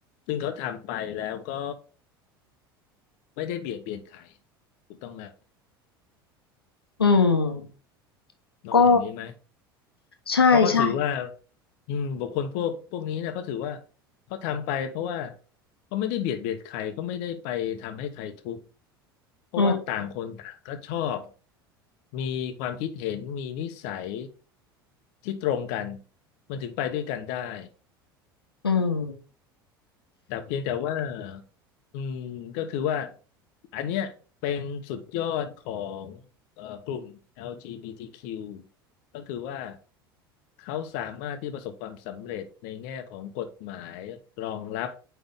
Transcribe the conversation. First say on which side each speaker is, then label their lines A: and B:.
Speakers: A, on the left; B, on the left.
A: ซึ่งเขาทำไปแล้วก็ไม่ได้เบียดเบียนใครถูกต้องไหม
B: อืม
A: มองอย่างนี้ไหม
B: ก็ใช่ใช่
A: เพราะเขาถือว่าอืมบุคคลพวกพวกนี้นะ่เขาถือว่าเขาทำไปเพราะว่าเขาไม่ได้เบียดเบียนใครเขาไม่ได้ไปทำให้ใครทุกข์เพราะว่าต่างคนต่างก็ชอบ
B: อืม
A: มีความคิดเห็นมีนิสัยที่ตรงกันมันถึงไปด้วยกันได้
B: อืม
A: แต่เพียงแต่ว่าอืมก็คือว่าอันเนี้ยเป็นสุดยอดของเอ่อกลุ่ม LGBTQ ก็คือว่าเขาสามารถที่ประสบความสำเร็จในแง่ของกฎหมายรองรับ